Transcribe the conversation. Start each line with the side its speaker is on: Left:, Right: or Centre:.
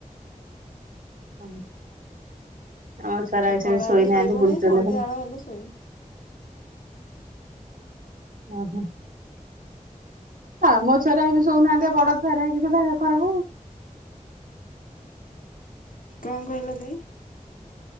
Right: ହ ଆମ ଛୁଆ ବି
Left: ଖରାବେଳେ
Right: ସେ ଶୋଇନାହାନ୍ତି
Left: ଶୋଇବନି
Right: ବୁଲୁଛନ୍ତି
Left: ସନ୍ଧ୍ୟାବେଳ
Right: ଖାଲି।
Left: ହେଲେ ଶୋଇବା
Right: ଓହୋ ହଁ ମୋ ଛୁଆରେ ଏ ବି ଶଉନାହାନ୍ତି ବଡ ସରେ ହେ କିଛି ବାେ ଖରା
Left: କଣ କହିଲ ଦେଇ।